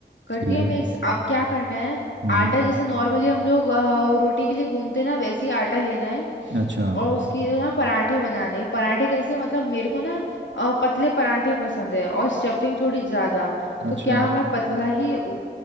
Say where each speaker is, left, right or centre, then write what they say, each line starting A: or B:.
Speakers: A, on the left; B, on the right.
A: कर
B: ठीक
A: दिया
B: है
A: मिक्स अब क्या करना है
B: हम्म
A: आटा जैसे नॉर्मली हम लोग अ, रोटी के लिए गूंथते ना वैसे ही आटा लेना है
B: अच्छा
A: और उसके ना पराठे बनाने हैं। पराठे कैसे मतलब मेरे को ना अ, पतले पराठे पसंद है और स्टफिंग थोड़ी ज्यादा
B: अच्छा
A: तो क्या मैं पतला ही ओ-